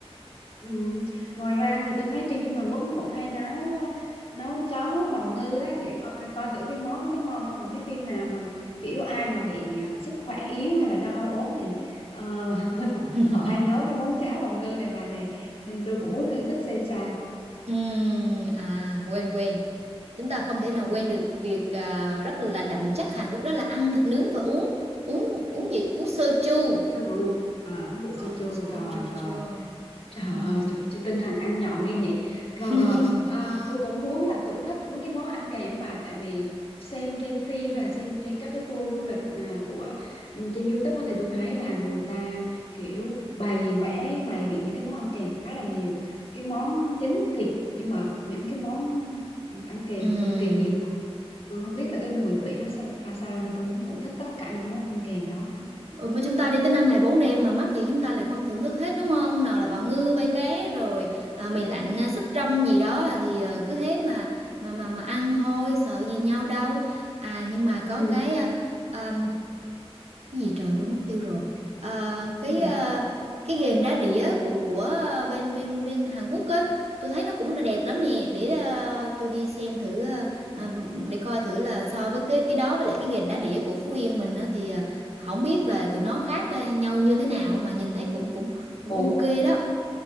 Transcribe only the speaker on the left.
Ừ. Ngoài ra thì tôi thấy trên phim Hàn Quốc nó cũng hay nấu ờ, nấu cháo bào ngư á để coi, coi thử cái món nó có ngon không mà thấy phim nào mà kiểu ai mà bị ờ, sức khỏe yếu hay là đau ốm thì ờ, <laughs> họ,
họ hay nấu cái món cháo bào ngư này bà nè nên tôi cũng muốn thưởng thức xem sao.
Rượu à, uống rượu soju
rồi
rồi
Trời
ơi, chị, chị tinh thần ăn nhậu nghe nhỉ. Rồi
rồi, à, tôi cũng muốn là thưởng thức mấy cái món ăn kèm bà tại vì xem trên phim hay là xem trên các cái tour du lịch à, của ừ, trên YouTube á thì tôi thấy là người ta kiểu bày vẽ bày biện những cái món ăn kèm khá là nhiều. Cái món chính thịt nhưng mà những cái món ăn kèm
cực kỳ nhiều luôn. Tôi không biết là cái mùi vị nó ra sao nên tôi muốn thưởng thức tất cả những cái món ăn kèm đó.
Ừ.
Cái gì?
Ủa